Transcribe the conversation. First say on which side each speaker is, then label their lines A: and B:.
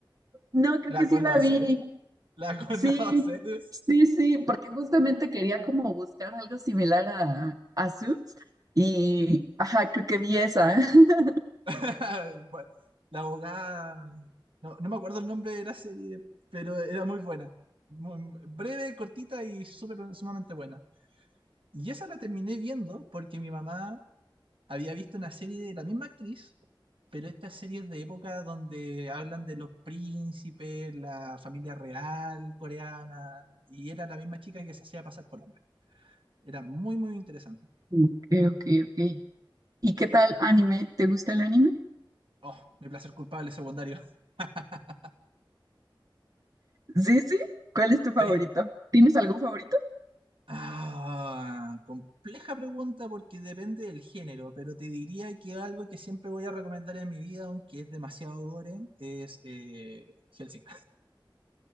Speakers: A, on the right; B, on the right.
A: no, creo
B: ¿La
A: que sí
B: conoces?
A: la vi.
B: ¿La <laughs> conoces?
A: Sí, sí, sí, porque justamente quería como buscar algo similar a, a Suits y, ajá, creo que vi esa. <laughs>
B: <laughs> la abogada, no, no me acuerdo el nombre de la serie, pero era muy buena. Muy- breve, cortita y súper, sumamente buena. Y esa la terminé viendo porque mi mamá había visto una serie de la misma actriz, pero esta serie es de época donde hablan de los príncipes, la familia real coreana, y era la misma chica que se hacía pasar por hombre. Era muy, muy interesante.
A: Ok, ok, ok. ¿Y qué tal anime? ¿Te gusta el anime?
B: Oh, mi placer culpable secundario. <laughs>
A: Sí, sí. ¿Cuál es tu favorito?
B: Sí,
A: ¿Tienes algún favorito?
B: Ah, compleja pregunta porque depende del género, pero te diría que algo que siempre voy a recomendar en mi vida, aunque es demasiado gore, es eh, Hellsing.